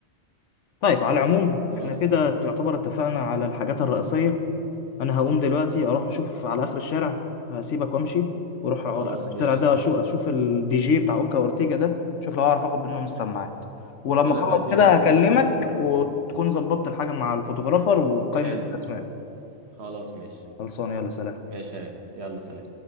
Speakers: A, on the left; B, on the right.
A: طيب على العموم
B: طيب خلاص
A: احنا كده يعتبر اتفقنا على الحاجات الرئيسيه انا هقوم دلوقتي اروح اشوف على اخر الشارع هسيبك وامشي واروح
B: خلاص
A: على اخر الشارع
B: ماشي
A: ده اشوف اشوف الدي جي بتاع اوكا اورتيجا ده اشوف لو اعرف اخد منهم السماعات ولما
B: وانا
A: اخلص
B: بديك
A: كده
B: الاوكي
A: هكلمك
B: بتاع الفوتوغرافر
A: وتكون
B: اه
A: ظبطت الحاجه مع الفوتوغرافر وقائمه
B: حلو
A: الاسماء
B: خلاص ماشي
A: خلصانه يلا سلام
B: ماشي يا ريت يلا سلام